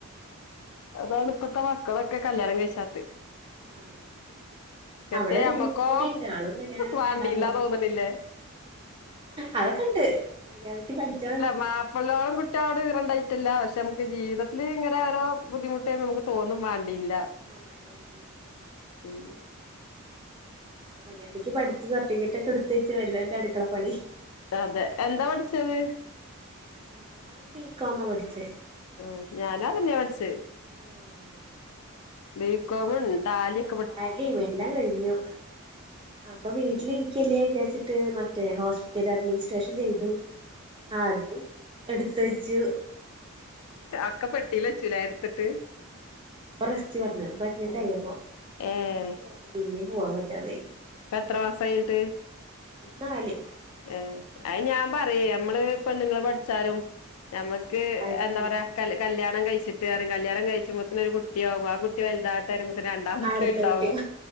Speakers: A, on the left; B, on the right.
A: അതാണ് ഇപ്പഴത്തെ മക്കളൊക്കെ കല്യാണം കഴിച്ചാത്ത്
B: ആഹ്
A: കെട്ടേ
B: അവിടെ ഒരു
A: അമ്മക്കോ
B: അനിയത്തി കൂടി ഉണ്ട് ആളും കല്യാണം
A: വാണ്ടിയില്ലാ
B: വേണ്ടാന്ന് പറഞ്ഞു
A: തോന്നണില്ലേ
B: അതൊക്കെ ഉണ്ട് മര്യാദക്ക് പഠിച്ച
A: മാപ്പിള്ളോളം കുട്ടികളോട് ഈറ ഇറണ്ടായിട്ടില്ല പക്ഷെ നമുക്ക് ജീവിതത്തില് ഇങ്ങനെ ഓരോ ബുദ്ധിമുട്ടേ നമുക്ക് തോന്നും വേണ്ടിയില്ല
B: അതെ വേണ്ടയില്ലേ
A: ഉം
B: മര്യാദയ്ക്ക് പഠിച്ച് സർട്ടിഫിക്കറ്റ് ഒക്കെ എടുത്ത് വച്ച് വല്ല എന്റെ അടുക്കള പണി
A: അതെ എന്താ പഠിച്ചത്
B: ഞാൻ ബികോമ പഠിച്ചെ
A: ആഹ് ഞാനാ തന്നെയാ പഠിച്ചത്
B: ആഹ്
A: ബി കോമും ടാലിയും
B: താലീ എല്ലാം കഴിഞ്ഞു അപ്പൊ വീട്ടിലിരിക്കല്ലേ വിചാരിച്ചിട്ട് മറ്റേ ഹോസ്പിറ്റല് അഡ്മിനിസ്ട്രേഷൻ ചെയ്തു ആത് എടുത്തു വെച്ച്
A: അക്ക പെട്ടിയിലെച്ചുലെ എടുത്തിട്ട്
B: അപ്പ റസ്റ്റ് പറഞ്ഞു പറഗ്നൻ്റാണയി
A: ഉം
B: അപ്പൊ
A: ഏഹ്
B: റസ്റ്റ് പറഞ്ഞു പിന്നെയും പോവാൻ പറ്റാതെയായി
A: ഇപ്പ എത്ര മാസം ആയിഞ്ഞട്ട്
B: എന്നാല്
A: ഏ അത് ഞാൻ പറിയ നമ്മള് പെണ്ണുങ്ങള് പഠിച്ചാലും നമ്മക്ക്
B: ആഹ് കാര്യൊന്നുല്ല
A: എന്താ പറയാല് കല്യാണം കഴിച്ചിട്ട് അറിം കല്യാണം കഴിച്ച്പൊത്തിന് ഒരു കുട്ടിയാവും ആ കു കു വലുതാട്ട പറിമ്പോത്തേ രണ്ടാമത്തെ
B: ആടത്തെ
A: ഉണ്ടാവും
B: കുട്ടിയോ